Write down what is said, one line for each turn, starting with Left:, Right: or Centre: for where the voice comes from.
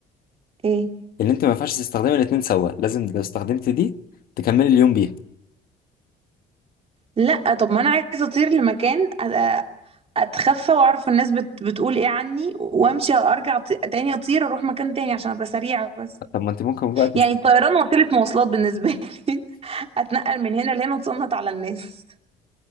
Right: ايه
Left: ان انت ما ينفعش تستخدمي الاتنين سوا لازم لو استخدمت دي تكملي اليوم بيها
Right: لا طب ما انا عايزه اطير لمكان أ- اتخفى واعرف الناس بت... بتقول ايه عني وامشي ارجع ط... تاني اطير اروح مكان تاني عشان ابقى سريعه بس
Left: طب ما انت ممكن بقى تست...
Right: يعني الطيران وسيله مواصلات بالنسبه لي <laughs> اتنقل من هنا لهنا اتصنت على الناس